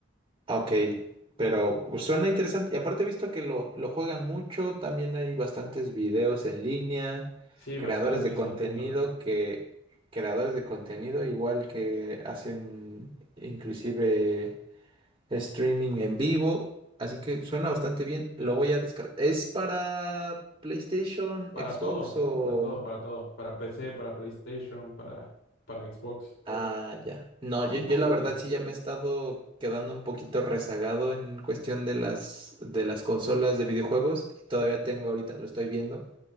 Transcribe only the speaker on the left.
Sí,
bastante,
es
un mundo.
Para
todo,
para todo, para todo. Para PC, para PlayStation, para, para Xbox.
Está muy
completo.